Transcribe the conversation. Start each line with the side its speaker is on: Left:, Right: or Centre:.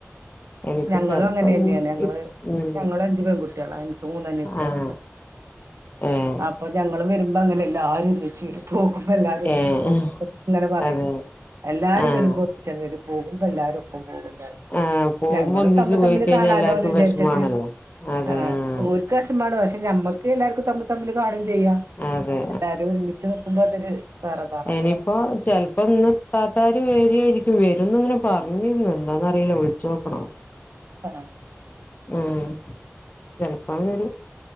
Left: എനിക്ക്
Right: ഞങ്ങളും
Left: ചെലപ്പം
Right: അങ്ങനെന്നെയാണ് ഞങ്ങള്
Left: ഉം
Right: ഞങ്ങള് അഞ്ചു പെൺകുട്ടികള എനിക്ക് മൂന്ന് അനിയത്തിള്
Left: ആഹ്
Right: ഇണ്ട്
Left: ഏഹ്
Right: അപ്പൊ ഞങ്ങളും വരുമ്പോ അങ്ങനെല്ലാരും വരും ച്ചീരി പോകുമ്പോ എല്ലാരും ഒന്നിച്ച്
Left: ഏഹ്
Right: പോവും ന്നിട്ട് ഇങ്ങനെ പറയും
Left: അതെ
Right: എല്ലാരും
Left: ആഹ്
Right: വരുമ്പോ ഒന്നിച്ചങ്ങ് വരും പോകുമ്പോ എല്ലാരും ഒപ്പം പോകും പറയും
Left: ആഹ് പോകുമ്പോ
Right: ഞങ്ങളും
Left: ഒന്നിച്ച്
Right: തമ്മിതമ്മില്
Left: പോയി കഴിഞ്ഞാൽ
Right: കാണാലോന്ന്
Left: എല്ലാർക്കും
Right: വിചാരിച്ചിട്ട്
Left: വിഷമാണല്ലോ അതെ
Right: ആ
Left: ആഹ്
Right: ഓരക്ക് വെശമാണ് പഷേ ഞമ്മക്ക് എല്ലാവർക്കും തമ്മിൽ തമ്മിൽ കാണും ചെയ്യാം
Left: അതെ
Right: എല്ലാരും ഒരുമിച്ച് നിക്കുമ്പോ അതൊരു വേറെതാണല്ലോ
Left: അയ്നിപ്പോ ചെലപ്പോ ഇന്ന് ഇത്താത്താര് വെരുയിരിക്കും വരുംന്ന് ഇങ്ങനെ പറഞ്ഞിരുന്ന് എന്താന്നറിയില്ല വിളിച്ചു നോക്കണം
Right: ആ
Left: ഉം ചെലപ്പാ വരും